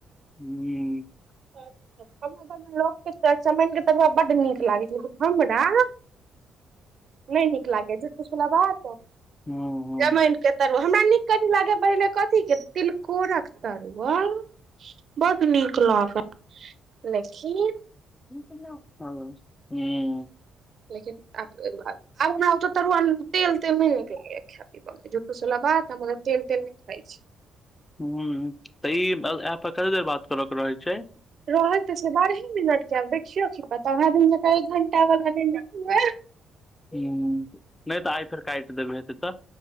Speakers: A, on the left; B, on the right.
A: हू
B: <unintelligible> हमरा गव मे लोकके चचमाइन के तरुआ बड्ड नीक लागैत छै लेकिन हमरा नहि नीक लागे छूट फूस वला बात
A: हूँ
B: जमाइनक
A: हूँ
B: के तरुआ हमरा नीक कनि लागय पहिने कथी के तिलकोरक तरुआ बड नीक लागै लेकिन
A: हँ ह
B: लेकिन आब ने आत तरुआ तेल त मेन ख पमे फूस बला बात हम तेल तेल नहि खाइ छै
A: ह तऽ ई एप पर कते देर बात करय के रहै छै
B: रहै तऽ छै बारहे मिनट के आब देखियौ की पता वएह दिन जकाँ एक घंटा वाला नहि ने हुए
A: <unintelligible> ह नहि तऽ आइ फेर काट देबै हेतै तऽ